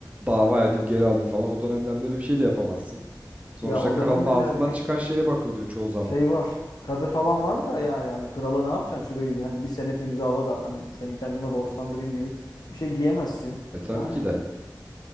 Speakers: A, on the right; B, on the left.
A: dava edeyim geri alayım falan. O dönemlerde öyle bir şey de yapamazsın. Sonuçta
B: Ya o
A: kralın
B: dönemde
A: ağzından
B: de hadi
A: çıkan şeye bakılıyor çoğu zaman.
B: şey var. Kadı falan var da yani hani krala ne yapacaksın şurayı bir hani bir senet imzala da hani seni kendime borçlandırayım gibi bir şey diyemezsin.
A: E tabii
B: Yani
A: ki de.